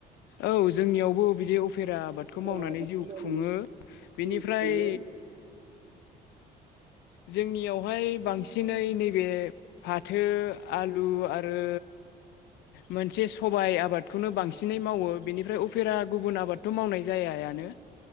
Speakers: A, on the left; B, on the right.
A: औ जोंनियावबो बिदि उ फेरा आबादखौ
B: उफ्रा
A: मावनानै
B: आबादखौ
A: जिउ
B: मावनानै
A: खुङो बेनिफ्राय
B: जिउ खुङो।
A: जोंनियावहाय बांसिनै
B: औ नंगौ नोंथां
A: नैबे फाथो आलु आरो मोनसे सबाय आबादखौनो बांसिनै मावो बेनिफ्राय उफेरा गुबुन आबादथ' मावनाय जाया। नो